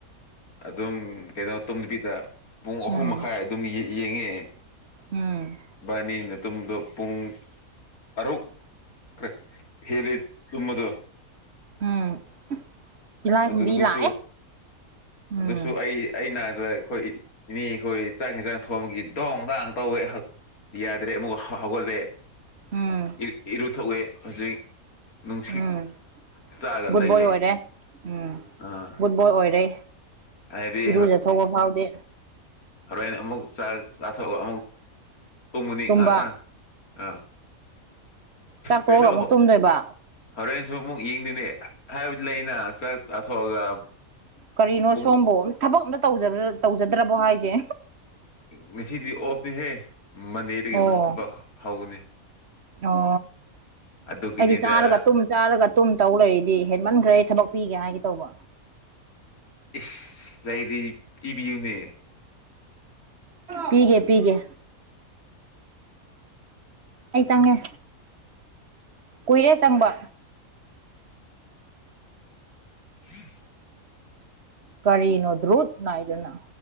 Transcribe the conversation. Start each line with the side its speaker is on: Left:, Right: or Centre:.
Left: ꯑꯗꯨꯝ ꯀꯩꯩꯅꯣ ꯇꯨꯝ ꯅꯨꯕꯤꯗ ꯄꯨꯡ ꯑꯍꯨꯝ
Right: ꯎꯝ
Left: ꯃꯈꯥꯏ ꯑꯗꯨꯝ ꯌꯦꯡꯉꯦ
Right: ꯎꯝ
Left: ꯕꯥꯔꯅꯤꯗꯣ ꯄꯨꯡ ꯑꯔꯣ ꯀ ꯍꯦꯜꯂꯤ ꯇꯃꯗꯨ
Right: ꯎꯝ ꯇꯤꯜꯂꯥꯏꯈꯨꯝꯕꯤ
Left: ꯑꯗꯨ ꯑꯗꯨꯁꯨ
Right: ꯂꯥꯛꯑꯦ ꯎꯝ
Left: ꯑꯗꯨꯁꯨ ꯑꯩ ꯑꯩꯅ ꯍꯥꯏꯕ ꯑꯈꯣꯏ ꯏꯅꯦ ꯈꯣꯏ ꯆꯥꯛ ꯍꯦꯟꯖꯥꯡ ꯊꯣꯡꯕꯒꯤ ꯗꯣꯡ-ꯗꯥꯡ ꯇꯧꯋꯦ ꯌꯥꯗ꯭ꯔꯦ ꯑꯃ ꯍꯒꯣꯜ꯭ꯔꯦ
Right: ꯎꯝ
Left: ꯏ-ꯏꯔꯨꯊꯣꯛꯑꯦ ꯍꯧꯖꯤꯛ ꯅꯨꯡꯁꯤꯠ
Right: ꯎꯝ
Left: ꯆꯥꯔꯒ
Right: ꯒꯨꯗ
Left: ꯂꯩꯌꯦ
Right: ꯕꯣꯏ ꯑꯣꯏꯔꯦ ꯎꯝ
Left: ꯑꯥ
Right: ꯒꯨꯗ ꯕꯣꯏ ꯑꯣꯏꯔꯦ
Left: ꯍꯥꯏꯗꯤ
Right: ꯏꯔꯨꯖꯤꯊꯣꯛꯕ ꯐꯥꯎꯗꯦ
Left: ꯍꯣꯔꯦꯟꯅ ꯑꯃꯨꯛ ꯆꯥꯔ ꯂꯥꯊꯣꯛꯑꯑꯣ ꯑꯃꯨꯛ ꯊꯣꯡ ꯃꯨꯅꯤ
Right: ꯇꯨꯝꯕ
Left: ꯉꯥꯏꯍꯥꯛꯄꯪ ꯑꯥ
Right: ꯆꯥꯛꯇꯣꯛꯑꯒ
Left: ꯀꯩꯅꯣ
Right: ꯑꯃꯨꯛ ꯇꯨꯝꯗꯣꯏꯕ
Left: ꯍꯣꯔꯦꯟꯁꯨ ꯑꯃꯨꯛ ꯌꯦꯡꯗꯣꯏꯅꯦ ꯍꯥꯏꯕꯗꯤ ꯂꯩꯅ ꯆꯥꯛ ꯆꯥꯊꯣꯛꯑꯒ
Right: ꯀꯔꯤꯅꯣ
Left: ꯄꯨꯡ
Right: ꯁꯣꯝꯕꯨ ꯊꯕꯛ ꯑꯝꯇ ꯇꯧꯖꯗ꯭ꯔꯕꯣ ꯍꯥꯏꯁꯦ
Left: ꯉꯁꯤꯗꯤ ꯑꯣꯐꯅꯤꯍꯦ ꯃꯟꯗꯦꯗꯒꯤ
Right: ꯑꯣ
Left: ꯑꯃꯨꯛ ꯊꯕꯛ ꯍꯧꯒꯅꯤ
Right: ꯑꯣ
Left: ꯑꯗꯨꯒꯤꯅꯤꯗ
Right: ꯑꯩꯗꯤ ꯆꯥꯔꯒ ꯇꯨꯝ ꯆꯥꯔꯒ ꯇꯨꯝ ꯇꯧ ꯂꯩꯔꯤꯗꯤ ꯍꯦꯟꯃꯟꯈ꯭ꯔꯦ ꯊꯕꯛ ꯄꯤꯒꯦ ꯍꯥꯏꯒꯦ ꯇꯧꯕ
Left: ꯏꯁ ꯂꯩꯗꯤ ꯏꯕꯤꯌꯨꯅꯦ
Right: ꯄꯤꯒꯦ ꯄꯤꯒꯦ ꯑꯩ ꯆꯪꯉꯦ ꯀꯨꯏꯔꯦ ꯆꯪꯕ
Left: ꯎꯝ
Right: ꯀꯔꯤꯅꯣ ꯗ꯭ꯔꯨꯠ ꯅꯥꯏꯗꯅ